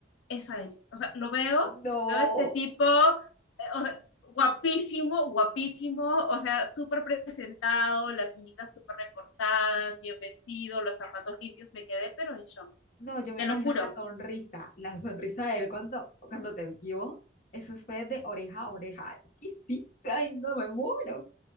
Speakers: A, on the left; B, on the left.
A: es a él. O sea, lo veo,
B: No,
A: veo este tipo, eh, o sea, guapísimo, guapísimo, o sea, súper presentado, las uñitas súper recortadas, bien vestido, los zapatos limpios, me quedé, pero en shock.
B: No, yo me
A: Te
B: imagino
A: lo juro,
B: la sonrisa, la sonrisa de él cuando, cuando te vio. Eso fue de oreja a oreja. ¿Qué hiciste? Ay, no me muero.